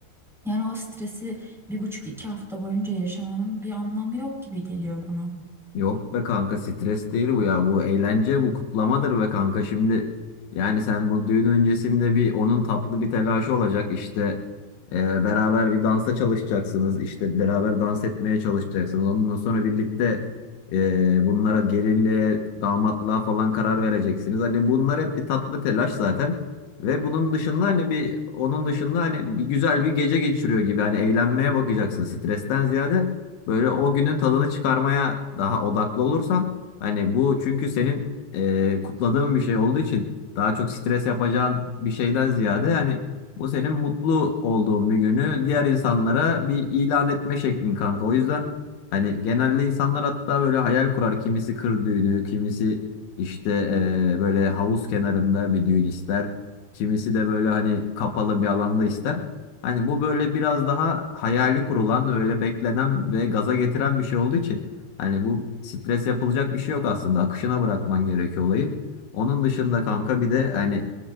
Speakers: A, in the centre; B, on the left.
A: Yani o stresi bir buçuk iki hafta boyunca yaşamanın bir anlamı yok gibi geliyor bana.
B: Yok be kanka stres değil bu ya. Bu eğlence bu kutlamadır be kanka. Şimdi yani sen bu düğün öncesinde bir onun tatlı bir telaşı olacak. İşte e, beraber bir dansa çalışacaksınız. İşte beraber dans etmeye çalışacaksınız. Ondan sonra birlikte e, bunlara gelinliğe, damatlığa falan karar vereceksiniz. Hani bunlar hep bir tatlı telaş zaten. Ve bunun dışında hani bir onun dışında hani bir güzel bir gece geçiriyor gibi. Hani eğlenmeye bakacaksın stresten ziyade. Böyle o günün tadını çıkarmaya daha odaklı olursan hani bu çünkü senin e, kutladığın bir şey olduğu için daha çok stres yapacağın bir şeyden ziyade hani bu senin mutlu olduğun bir günü diğer insanlara bir ilan etme şeklin kanka. O yüzden hani genelde insanlar hatta böyle hayal kurar kimisi kır düğünü, kimisi işte e, böyle havuz kenarında bir düğün ister. Kimisi de böyle hani kapalı bir alanda ister. Hani bu böyle biraz daha hayali kurulan, öyle beklenen ve gaza getiren bir şey olduğu için hani bu stres yapılacak bir şey yok aslında. Akışına bırakman gerekiyor olayı. Onun dışında kanka bir de hani